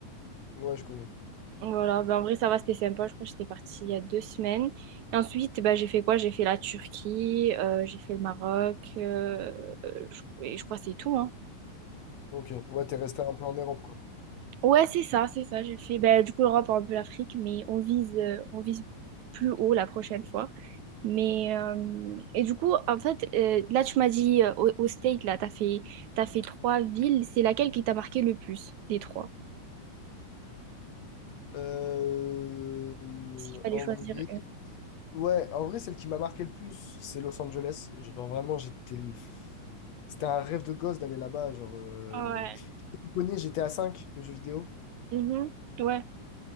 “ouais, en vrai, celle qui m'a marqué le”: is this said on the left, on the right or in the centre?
Left